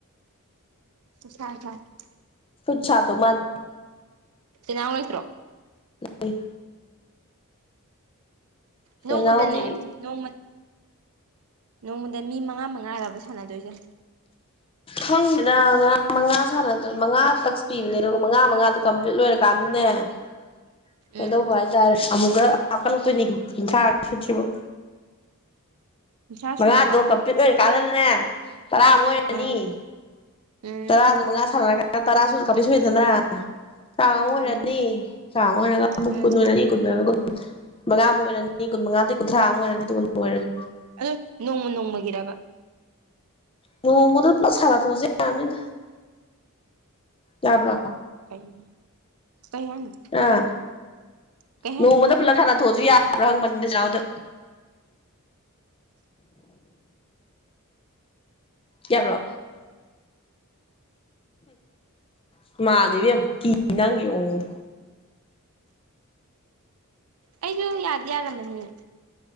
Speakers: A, on the right (about 80°); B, on the left (about 25°).
A: ꯁ ꯊ <unintelligible>
B: ꯐꯨꯠ ꯁꯥꯗ ꯃꯥꯥꯟ
A: ꯅ ꯉꯁꯣ
B: ꯂꯩ
A: ꯅꯣꯡꯃꯗꯅꯦ
B: ꯄꯦꯅꯥꯎꯗꯤ
A: ꯅꯣꯡꯃ ꯅꯣꯡꯃꯗ ꯃꯤ ꯃꯉꯥ ꯃꯉꯥꯔꯕ ꯁꯥꯟꯅꯗꯣꯏꯁꯦ
B: ꯈꯪ ꯁꯤꯅ ꯉꯔꯥꯡ ꯃꯉꯥ ꯁꯥꯟꯅꯗ ꯃꯉꯥ ꯇꯛꯁ ꯄꯤꯕꯅꯦ ꯑꯗꯨꯒ ꯃꯉꯥ ꯃꯉꯥꯗꯨ ꯀꯝꯄ꯭ꯂꯤꯠ ꯂꯣꯏꯔꯀꯥꯟꯗꯅꯦ <unintelligible> ꯀꯩꯗꯧꯕ
A: ꯎꯝ
B: ꯍꯥꯏꯇꯥꯔꯦ ꯑꯃꯨꯛꯀ ꯍꯥꯞꯀꯠꯂꯛꯇꯣꯏꯅꯤ ꯀꯟꯊ꯭ꯔꯥ ꯁꯨꯇ꯭ꯔꯤꯕꯧ
A: ꯀꯨꯟꯊ꯭ꯔꯥ
B: ꯃꯉꯥꯗꯣ
A: ꯁꯨꯗ꯭ꯔꯤꯕꯣ
B: ꯀꯝꯄꯤꯠꯔ ꯀꯥꯟꯗꯅꯦ ꯇꯔꯥ ꯑꯃꯨꯛ ꯑꯣꯏꯔꯅꯤ
A: ꯎꯝ ꯎꯝ
B: ꯇꯔꯥꯗꯨ ꯃꯉꯥ ꯁꯥꯟꯅꯔ ꯇꯔꯥ ꯁꯨ ꯀꯝꯄ꯭ꯂꯤꯠ ꯁꯨꯏꯗꯅ ꯇ꯭ꯔꯥꯉꯥꯃꯩꯛ
A: ꯎꯝ
B: ꯑꯣꯏꯔꯅꯤ <unintelligible> ꯑꯃꯨꯛ
A: ꯎꯝ
B: ꯀꯨꯟ ꯑꯣꯏꯔꯅꯤ ꯀꯨꯟ ꯂꯣꯏꯔꯒ <unintelligible> ꯃꯉꯥꯃꯨꯛ ꯑꯣꯏꯔꯅꯤ ꯀꯨꯟꯃꯉꯥꯗꯒꯤ ꯀꯨꯟꯊ꯭ꯔꯥ ꯑꯃꯨ ꯑꯣꯏꯔꯅꯤ ꯑꯗꯨꯒ ꯂꯣꯏꯔꯅꯤ
A: ꯑꯗꯣ ꯅꯣꯡꯃ ꯅꯣꯡꯃꯒꯤꯔꯕ
B: ꯅꯣꯡꯃꯗ ꯄꯨꯂꯞ ꯁꯥꯟꯅꯊꯣꯛ ꯑꯁꯨ ꯌꯥꯅꯤꯗ ꯌꯥꯕ꯭ꯔꯣ
A: ꯀꯩ ꯍꯥꯏꯅꯣ
B: ꯑꯥ
A: ꯀꯩ ꯍꯥꯏꯅꯣ
B: ꯅꯣꯡꯃꯗ ꯄꯨꯂꯞ ꯁꯥꯟꯅ ꯊꯣꯛꯑꯁꯨ ꯌꯥꯕ꯭ꯔꯥ ꯍꯪꯕꯅꯤꯗ ꯆꯦ ꯅꯥꯎꯗ <unintelligible> ꯌꯥꯕ꯭ꯔꯣ ꯍꯨꯝ ꯃꯥꯜꯂꯤ ꯏꯕꯦꯝꯃ ꯀꯤ ꯅꯪꯒꯤ ꯃꯑꯣꯡ
A: ꯑꯩꯁꯨ ꯌꯥꯗꯤ ꯌꯥꯔꯝꯃꯅꯤ